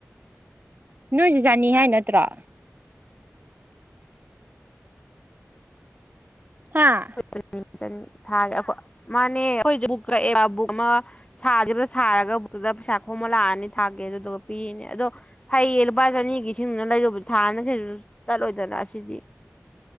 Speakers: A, on the right; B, on the left.
A: ꯅꯣꯏꯖꯨ ꯆꯥꯅꯤ ꯍꯥꯏ ꯅꯠꯇ꯭ꯔꯣ ꯍꯥꯥ
B: ꯆ ꯆ ꯊꯥꯒꯤ ꯈꯣꯏ ꯃꯥꯅꯦ <unintelligible> <unintelligible> ꯑꯃ ꯁꯥꯒꯤꯕꯗ ꯁꯥꯔꯒ ꯕꯨꯛꯇꯨꯗ ꯄꯩꯁꯥ ꯈꯣꯃ ꯂꯥꯛꯑꯅꯤ ꯊꯥꯛꯀꯦ ꯑꯗꯨꯗꯨꯒ ꯄꯤꯔꯤꯅꯤ ꯑꯗꯣ ꯐꯩꯌꯦ ꯂꯨꯄꯥ ꯆꯅꯤꯒꯤ ꯏꯁꯤꯡꯗꯨꯅ ꯂꯩꯔꯨꯕꯗ ꯊꯥꯝꯗ ꯀꯩꯁꯨ ꯆꯠꯂꯣꯏꯗꯅ ꯑꯁꯤꯗꯤ